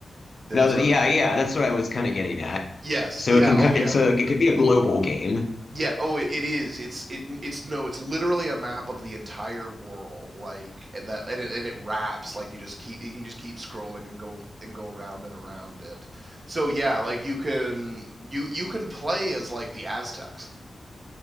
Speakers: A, on the right; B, on the left.
A: There's
B: No,
A: a
B: yeah, yeah, that's what I was kind of getting at.
A: yes,
B: So
A: yeah,
B: it can
A: oh
B: ki-
A: yeah,
B: it's a it could be a global game.
A: Yeah. Oh, it, it is. It's it, it's no. It's literally a map of the entire world. Like and that, and it, and it wraps. Like you just keep you can just keep scrolling and go and go around and around it. So yeah, like you can you you can play as like the Aztecs.